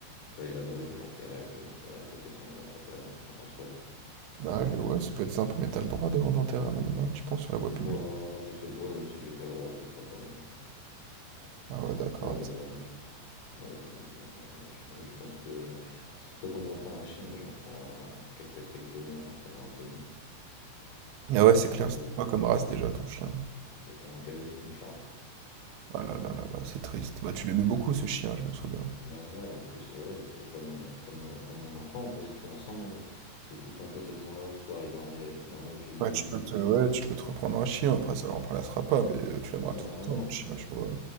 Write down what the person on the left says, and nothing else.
je vais aller là-bas et je vais l'enterrer, je vais l'enterrer à côté de son endroit préféré. hein. T'en penses quoi?
Bah je sais pas, même si j'ai pas le droit, je le ferai quand même,
pour lui rendre hommage. Moi j'ai envie de lui rendre hommage. Et je pense que c'est trop tôt pour me reprendre un chien, mais je m'en prendrai un dans quel- peut-être quelques mois quand c'est un peu mieux.
Mais
là ouais,
c'était un cavalier King Charles.
Bah ouais, en plus, ouais, c'était comme mon, comme, euh, comme mon enfant, on faisait tout ensemble, on était tout le temps à côté de moi, le soir il dormait, il dormait au pied de
mon lit.
Bah
non,
mais bon,